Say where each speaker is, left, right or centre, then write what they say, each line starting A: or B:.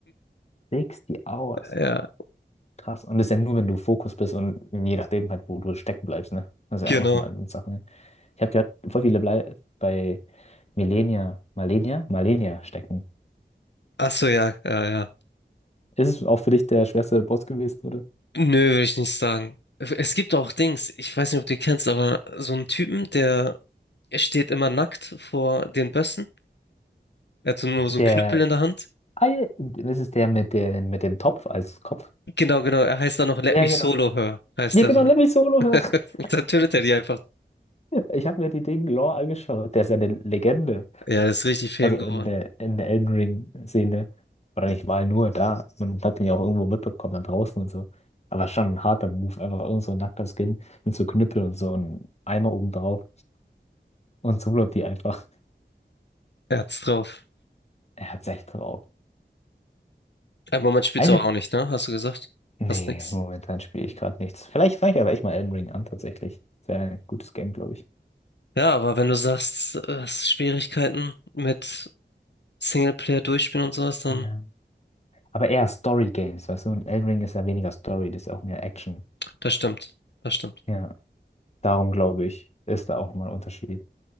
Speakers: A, on the left; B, on the left.
A: 60 Hours.
B: Ja,
A: Krass. Und das ist ja nur, wenn du Fokus bist und je nachdem halt, wo du stecken bleibst, ne? Das ist
B: genau.
A: ja auch nochmal eine Sache. ne? Ich habe gehört, voll viele blei bei Millennia, Malenia, Malenia stecken.
B: Ach so, ja, ja, ja.
A: Ist es auch für dich der schwerste Boss gewesen, oder?
B: Nö, würde ich nicht sagen. Es gibt auch Dings, ich weiß nicht, ob du die kennst, aber so einen Typen, der steht immer nackt vor den Bössen. Er hat so nur
A: Der,
B: so einen Knüppel in der Hand.
A: ah, ja, das ist der mit den, mit dem Topf als Kopf.
B: Genau, genau. Er heißt dann noch Let
A: Ja,
B: Me
A: genau.
B: Solo Her, heißt
A: Ja,
B: er
A: genau,
B: dann.
A: Lemmy Solo. <laughs>
B: Und dann tötet er die einfach.
A: Ich habe mir die Ding Lore angeschaut. Der ist ja eine Legende.
B: Ja, das ist richtig Fame
A: Also in
B: geworden.
A: der, in der Elden Ring-Szene. Oder nicht mal nur da. Man hat ihn ja auch irgendwo mitbekommen, dann draußen und so. Aber schon ein harter Move. Einfach irgend so ein nackter Skin mit so Knüppel und so einem Eimer oben drauf. Und so wird die einfach.
B: Er hat's drauf.
A: Er hat's echt drauf.
B: Aber man spielt's
A: Eine.
B: aber auch nicht, ne? Hast du gesagt?
A: Nee,
B: Fast nix.
A: momentan spiele ich gerade nichts. Vielleicht fange ich aber echt mal Elden Ring an, tatsächlich. Ist ja ein gutes Game, glaube ich.
B: Ja, aber wenn du sagst, äh, hast Schwierigkeiten mit Singleplayer durchspielen und sowas, dann
A: Ja. Aber eher Story-Games, weißt du? Und Elden Ring ist ja weniger Story, das ist ja auch mehr Action.
B: das stimmt. Das stimmt.
A: Ja. Darum glaube ich, ist da auch mal ein Unterschied.